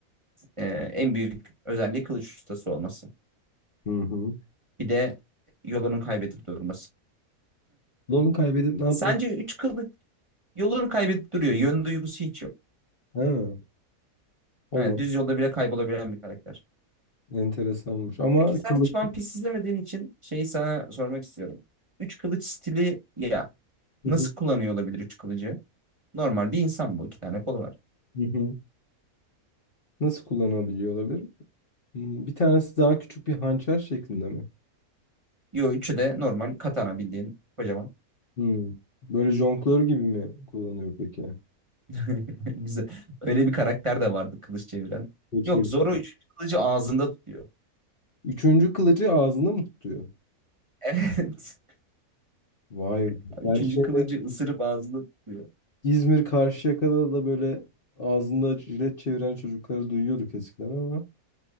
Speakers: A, on the right; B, on the left.
A: E, en büyük özelliği kılıç ustası olması.
B: Hı hı.
A: Bir de yolunu kaybedip durması.
B: Onu kaybedip ne yapmak?
A: Sence üç kılıç Yolunu kaybedip duruyor. Yön duygusu hiç yok.
B: Ha, Allah,
A: Ha, düz yolda bile kaybolabilen bir karakter.
B: enteresanmış. Ama
A: Peki sen
B: kılıç
A: hiç One Piece izlemediğin için şeyi sana sormak istiyorum. Üç kılıç stili ya
B: Hı
A: nasıl
B: hı.
A: kullanıyor olabilir üç kılıcı? Normal bir insan bu. İki tane kolu var.
B: Hı hı. Nasıl kullanabiliyor olabilir? Hmm, Bir tanesi daha küçük bir hançer şeklinde mi?
A: Yo üçü de normal katana bildiğin kocaman.
B: Hmm. Böyle jonglör gibi mi kullanıyor peki?
A: <laughs> Güzel. Öyle bir karakter de vardı kılıç çeviren. Yok
B: Şey-
A: Zoro üçüncü kılıcı ağzında tutuyor. <laughs>
B: Üçüncü kılıcı ağzında mı tutuyor?
A: Evet.
B: Vay. be.
A: Üçüncü
B: Ben şey
A: kılıcı ısırıp ağzında tutuyor.
B: İzmir Karşıyaka'da da böyle ağzında jilet çeviren çocukları duyuyorduk eskiden ama